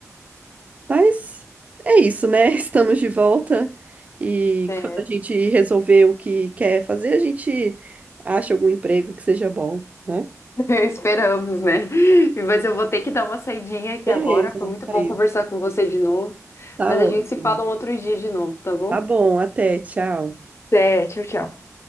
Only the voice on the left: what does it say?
É.
<laughs> Esperamos, né? Mas eu vou ter que dar uma saidinha aqui
agora. Foi muito
bom conversar com você de novo.
Mas
a gente se fala um outro dia de novo, tá bom?
É, tchau, tchau.